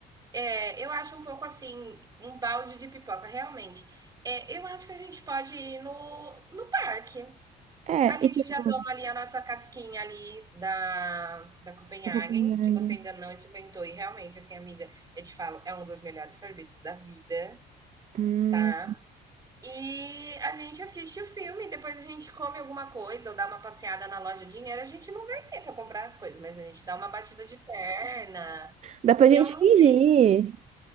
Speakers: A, on the right; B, on the right.
A: É, eu acho um pouco assim, um balde de pipoca, realmente. É, eu acho que a gente pode ir no, no parque.
B: É,
A: A gente
B: e tipo,
A: já toma ali a nossa casquinha ali da, da Copenhagen,
B: eu vou ganhar.
A: que você ainda não experimentou. E realmente, assim, amiga, eu te falo, é um dos melhores sorvetes da vida,
B: Hum.
A: tá? E a gente assiste o filme, depois a gente come alguma coisa ou dá uma passeada na loja. Dinheiro a gente não vai ter para comprar as coisas, mas a gente dá uma batida de perna.
B: Dá pra gente
A: Eu não
B: fingir.
A: sei.